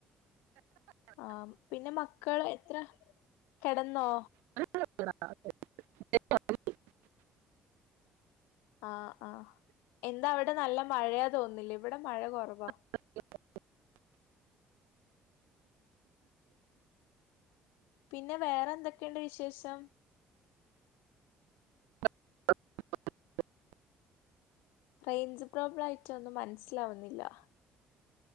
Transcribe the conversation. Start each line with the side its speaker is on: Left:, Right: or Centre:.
Left: ആ പിന്നെ മക്കള് എത്ര കിടന്നോ
Right: <inaudible>
Left: ആഹ് ആഹ് എന്താ അവിടെ നല്ല മഴയാ തോന്നില്ലേ ഇവിടെ മഴ കൊറവാ
Right: <unintelligible>
Left: പിന്നെ വേറെ എന്തൊക്കെയുണ്ട് വിശേഷം
Right: <inaudible>
Left: റേഞ്ച് പ്രോബ്ലം ആയിട്ടൊന്നും മനസ്സിലാവുന്നില്ലാ